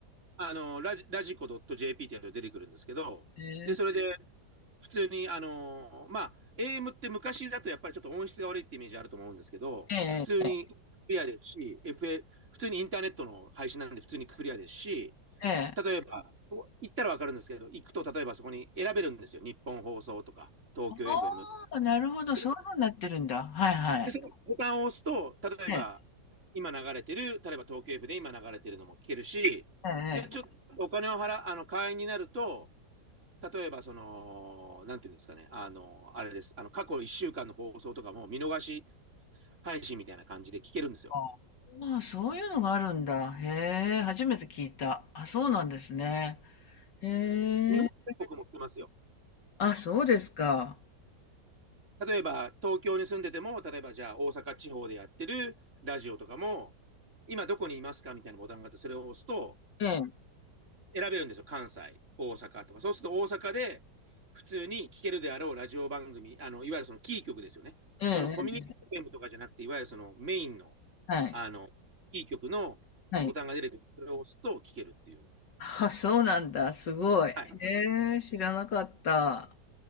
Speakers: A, on the right; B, on the left.
A: あの、ラジ、ラジコ .jp ってやると出てくるんですけど、
B: ええ、
A: で、それで、普通に、あのーまあ、AM って昔だとやっぱりちょっと音質が悪いってイメージあると思うんですけど、
B: ええ、
A: 普通にクリアですし、FA、普通にインターネットの配信なんで普通にクリアですし、
B: ええ。
A: 例えば、行ったらわかるんですけど、行くと例えばそこに選べるんですよ。日本放送とか、東京 FM
B: ああ、
A: とか。
B: なるほど、
A: で、
B: そういう風になってるんだ。はいはい。
A: そのボタンを押すと、例えば、
B: ええ、
A: 今流れてる、例えば東京 F で今流れてるのも聞けるし、
B: ええ、
A: で、ちょっとお金を払、
B: ええ。
A: あの、会員になると、例えば、その、なんていうんですかね、あの、あれです、あの、過去1週間の放送とかも見逃し配信みたいな感じで聞けるんですよ。
B: ああ、まあ、そういうのがあるんだ。へえ、初めて聞いた。あ、そうなんですね。へ
A: 日本全国も聞けますよ。
B: え、あ、そうですか。
A: 例えば、東京に住んでても、例えばじゃあ大阪地方でやってるラジオとかも、今どこにいますかみたいなボタンがあって、それを押すと、
B: ええ、
A: 選べるんですよ。関西、大阪とか。そうすると大阪で普通に聴けるであろうラジオ番組、あの、いわゆるそのキー局ですよね。
B: ええ、
A: そのコミュニティームとかじゃなくて、
B: ええ、
A: いわゆるそのメインの、
B: はい、
A: あの、キー局のボタンが出てくる。
B: はい。
A: それを押すと聴けるっていう。
B: あ、そうなんだ。すごい。
A: はい。
B: へえ、知らなかった。